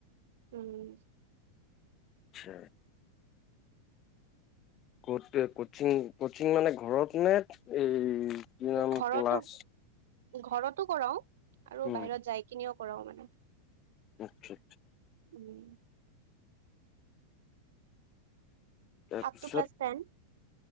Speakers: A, on the right; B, on the left.
A: উম
B: আচ্ছা। কত কচিং কচিং মানে ঘৰত নে এই কি নাম
A: ঘৰতো
B: ক্লাছ
A: ঘৰতো কৰাও আৰু
B: উম
A: বাহিৰত যাই কিনিও কৰাও মানে।
B: আচ্ছা আচ্ছা
A: উম
B: তাৰপিছত
A: আপ টু ক্লাছ টেন।